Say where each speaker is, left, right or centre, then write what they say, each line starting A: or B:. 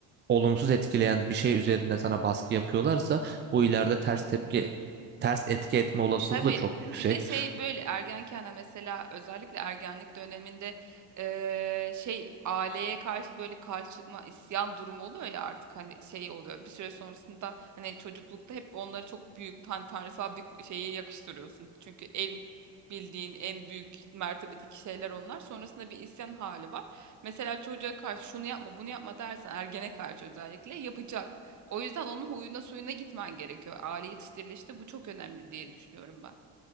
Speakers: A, on the right; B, on the right.
A: olumsuz etkileyen bir şey üzerinde sana baskı yapıyorlarsa bu ileride ters tepki ters etki etme olasılığı
B: Tabii
A: da çok yüksek.
B: bir de şey böyle ergenken de mesela özellikle ergenlik döneminde eee, şey aileye karşı böyle karşı çıkma isyan durumu oluyor ya artık hani şey oluyor bir süre sonrasında hani çocuklukta hep onları çok büyük tan tanrısal bir ku- şeye yakıştırıyorsun. Çünkü en bildiğin en büyük mertebedeki şeyler onlar sonrasında bir isyan hali var. Mesela çocuğa karşı şunu yapma bunu yapma dersen ergene karşı özellikle yapacak. O yüzden onun huyuna suyuna gitmen gerekiyor. Aile yetiştirilişte bu çok önemli diye düşünüyorum ben.